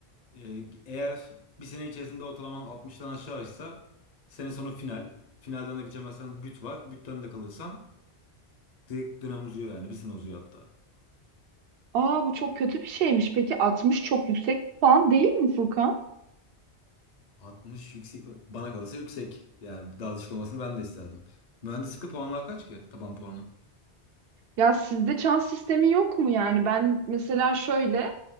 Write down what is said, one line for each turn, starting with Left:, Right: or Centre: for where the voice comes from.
Left: Ee, eğer bir sene içerisinde ortalaman 60'tan aşağıysa sene sonu final. Finalden de geçemezsen büt var. Bütten de kalırsan direkt dönem uzuyor yani. Bir sene uzuyor hatta.
Right: Aa bu çok kötü bir şeymiş. Peki 60 çok yüksek bir puan değil mi Furkan?
Left: 60 yüksek. mi? Bana kalırsa yüksek. Yani daha düşük olmasını ben de isterdim. Mühendislikte puanlar kaç ki? Taban puanı.
Right: Ya sizde çan sistemi yok mu yani? Ben mesela şöyle